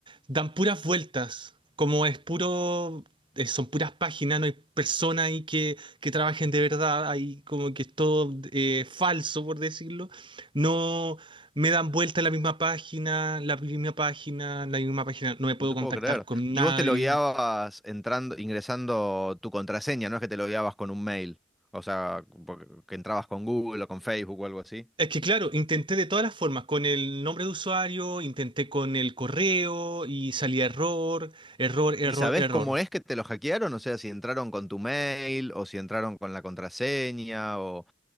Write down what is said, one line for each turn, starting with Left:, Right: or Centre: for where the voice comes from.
Right: dan puras vueltas, como es puro, eh, son puras páginas, no hay personas ahí que, que trabajen de verdad, ahí como que es todo eh, falso, por decirlo. No me dan vuelta la misma página, la misma página, la misma página, no me puedo
Centre: No te
Right: contactar
Centre: puedo creer.
Right: con
Centre: Y
Right: nadie.
Centre: vos te logueabas entrando, ingresando tu contraseña, no es que te logueabas con un mail, o sea, porque- que entrabas con Google o con Facebook o algo así.
Right: Es que claro, intenté de todas las formas, con el nombre de usuario, intenté con el correo y salía error, error, error,
Centre: ¿Y sabés
Right: error.
Centre: cómo es que te lo hackearon? O sea, si entraron con tu mail o si entraron con la contraseña o